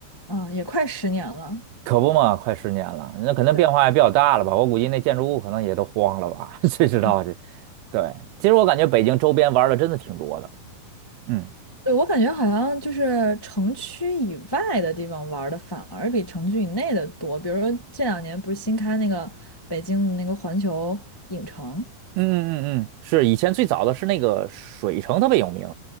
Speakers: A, on the left; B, on the right.
A: 啊，也快十年了。
B: 可不嘛，快十年了，那可能变化也比较大了吧。
A: 对，
B: 我估计那建筑物可能也都荒了吧，<laughs> 谁知道这？
A: 嗯，
B: 对，其实我感觉北京周边玩儿的真的挺多的。嗯嗯
A: 对，我感觉好像就是城区以外的地方玩儿的反而比城区以内的多。比如说这两年不是新开那个北京的那个环球影城
B: 嗯嗯嗯，是以前最早的是那个水城特别有名，